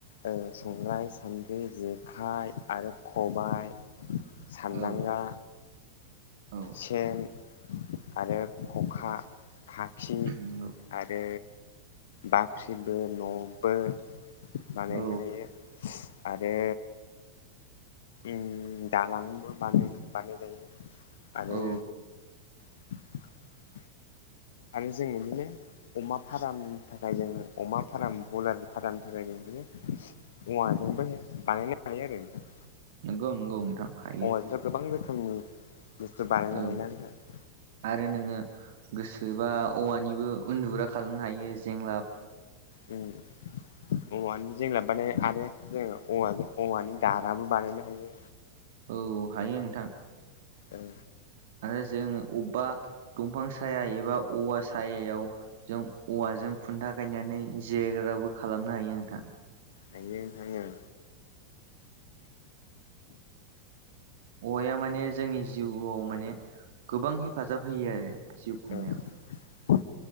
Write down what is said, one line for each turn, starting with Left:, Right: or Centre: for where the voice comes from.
Left: ओ संग्राइ सान्द्रि जेखाइ आरो खबाइ सानदांगा
Right: औ औ
Left: सेन आरो खखा खाखि
Right: नंगौ
Left: आरो बाख्रिबो न'बो बानायनो
Right: औ
Left: हायो। आरो उम दालांबो बानाय बानायनाय जायो आरो
Right: औ
Left: <inaudible> आरो जों बिदिनो अमा फारामनि थाखाय जोङो अमा फाराम बयलार फारामनि थाखाय जों बिदिनो औवाजोंबो बानायनो हायो आरो नोंथां।
Right: नोंगौ नोंगौ नोंथां हायो।
Left: औवाजोंथ' गोबां रोखोमनि बुस्थु बानायनो
Right: औ
Left: हायो ना नोंथां।
Right: आरो नोङो गोसोबा औवानिबो उन्दुग्रा खालामनो हायो जेंलाब।
Left: उम औवानि जेंलाब बाने आरो जोङो औवाजों औवानि दाराबो बानायनो हायो।
Right: औ हायो नोंथां।
Left: ओं
Right: आरो जों अबबा दंफां साया एबा औवा सायायाव जों औवाजों खुन्था गायनानै जिरायग्राबो खालामनो हायो नोंथां।
Left: हायो नोंथां ओं।
Right: औवाया माने जोंनि जिउआव माने गोबां हेफाजाब होयो आरो। जिउ खुंनायाव
Left: औ